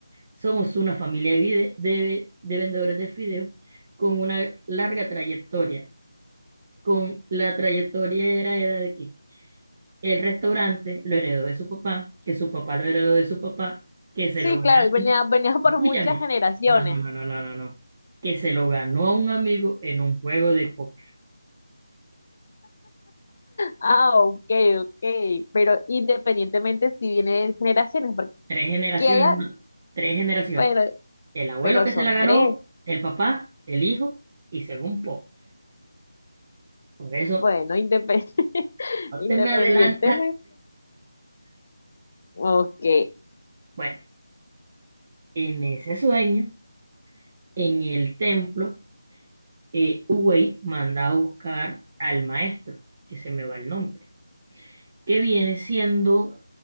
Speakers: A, on the right; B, on the left.
A: Somos una familia de, vide- de- de vendedores de fideos con una larga trayectoria. Con la trayectoria era, era de que el restaurante lo heredó de su papá, que su papá lo heredó de su papá, que se
B: Sí,
A: lo ganó.
B: claro, y venía, venía <laughs> por
A: Escúchame.
B: muchas generaciones.
A: No, no, no, no, no, no, no. Que se lo ganó a un amigo en un juego de póker.
B: Ah, ok, ok, pero independientemente si viene de generaciones, porque
A: Tres generaciones,
B: haya,
A: ¿no? Tres generaciones.
B: pero,
A: El abuelo
B: pero
A: que
B: son
A: se la ganó,
B: tres,
A: el papá, el hijo y según poco. Por eso,
B: bueno, independ- <laughs>
A: no
B: independientemente,
A: te me adelantes.
B: ok,
A: Bueno, en ese sueño. en el templo, eh, Uwey manda a buscar al maestro, que se me va el nombre, que viene siendo